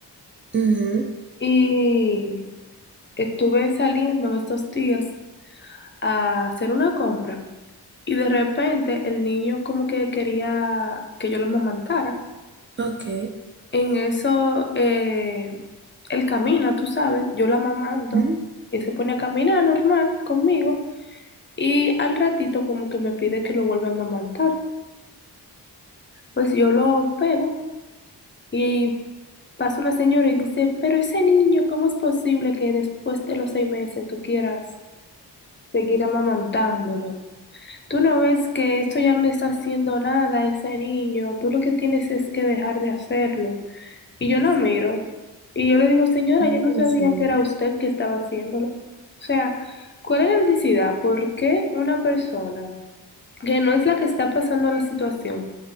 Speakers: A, on the right; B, on the left.
A: Ujú,
B: y estuve saliendo en estos días a hacer una compra y de repente el niño como que quería que yo lo amamantara.
A: Ok.
B: En eso, eh, él camina, tú sabes, yo lo amamanto
A: Ujú.
B: y se pone a caminar normal conmigo y al ratito como que me pide que lo vuelva a amamantar. Pues yo lo pego y pasa una señora y dice, pero ese niño, ¿cómo es posible que después de los seis meses tú quieras seguir amamantándolo? Tú no ves que esto ya no le está haciendo nada a ese niño, tú lo que tienes es que dejar de hacerlo. Y yo la miro y yo le digo, señora,
A: Dios
B: yo no sabía
A: mío.
B: que era usted que estaba haciéndolo. O sea, ¿cuál es la necesidad? ¿Por qué una persona que no es la que está pasando la situación?